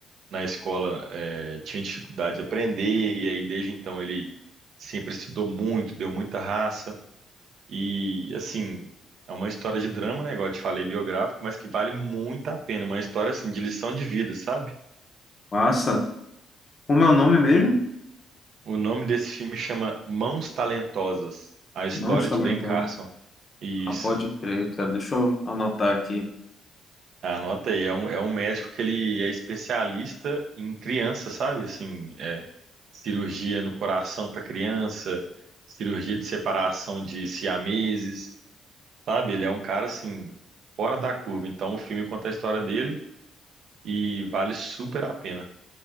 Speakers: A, on the right (about 70°); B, on the left (about 40°).
A: na escola eh, tinha dificuldade de aprender, e aí desde então ele sempre estudou muito, deu muita raça, e assim, é uma história de drama, né? Igual eu te falei, biográfico, mas que vale muito a pena. Uma história assim de lição de vida, sabe?
B: Massa. Como é o nome mesmo?
A: O nome desse filme chama Mãos Talentosas, a história
B: Não está
A: de
B: lento.
A: Ben Carson. Isso.
B: Ah, pode crer, cara. Deixa eu anotar aqui.
A: Anota aí, é um, é um médico que ele é especialista em criança, sabe? Assim, é, cirurgia no coração para criança, cirurgia de separação de siameses, sabe? Ele é um cara assim fora da curva. Então o filme conta a história dele e vale super a pena.